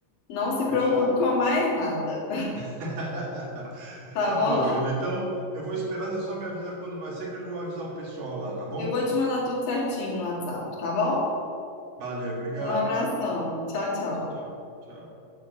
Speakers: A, on the left; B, on the right.
A: Não se preocupe
B: fechado.
A: com mais nada,
B: <laughs>
A: <laughs> tá
B: Tá
A: bom?
B: bom, querido. Então, eu vou esperar. Você só me avisa quando vai ser, que eu já vou avisar o pessoal lá, tá bom?
A: Eu vou te mandar tudo certinho no WhatsApp, tá bom?
B: Valeu, obrigado.
A: Um abração, tchau, tchau.
B: Tchau, tchau. Tchau.